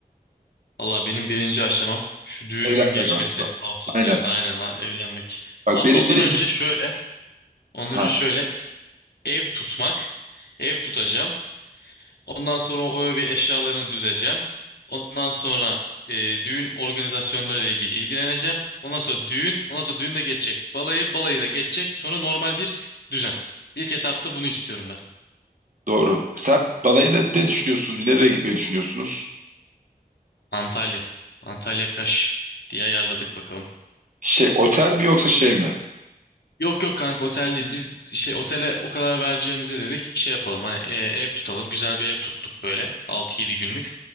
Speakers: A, on the left; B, on the right.
A: Allah benim birinci aşamam şu düğünümün
B: Evlenmek
A: geçmesi.
B: aslında.
A: Ağustos
B: Aynen.
A: ayında aynen ha, evlenmek.
B: Bak
A: Hatta
B: benim
A: ondan
B: birinci...
A: önce şöyle. Ondan
B: Ha,
A: önce şöyle ev tutmak. Ev tutacağım. Ondan sonra o evi eşyalarını düzeceğim. Ondan sonra e, düğün organizasyonları ile ilgili ilgileneceğim. Ondan sonra düğün, ondan sonra düğün de geçecek balayı, balayı da geçecek. Sonra normal bir düzen. İlk etapta bunu istiyorum ben.
B: doğru. Sen balayına ne düşünüyorsunuz? Nereye gitmeyi düşünüyorsunuz?
A: Antalya. Antalya Kaş diye ayarladık bakalım.
B: Şey, otel mi yoksa şey mi?
A: Yok yok kanka otel değil. Biz şey otele o kadar vereceğimize dedik şey yapalım hani e, ev tutalım. Güzel bir ev tuttuk böyle altı yedi günlük.